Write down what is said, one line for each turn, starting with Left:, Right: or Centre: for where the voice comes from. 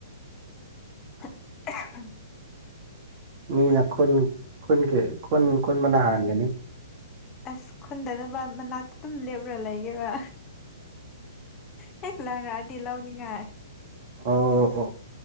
Left: <unintelligible>
Right: ꯃꯤꯅ ꯈꯨꯟ ꯈꯨꯟꯒꯤ ꯈꯨꯟ ꯀꯨꯟ ꯃꯅꯥ ꯍꯥꯟꯒꯅꯤ
Left: ꯑꯁ ꯈꯨꯟꯗꯅꯕ ꯃꯅꯥꯛꯇ ꯑꯗꯨꯝ ꯂꯦꯞꯔꯒ ꯂꯩꯒꯦꯕ ꯍ ꯂ ꯔꯗꯤ ꯂꯥꯎꯅꯤꯡꯉꯥꯏ
Right: ꯑꯣ ꯑꯣ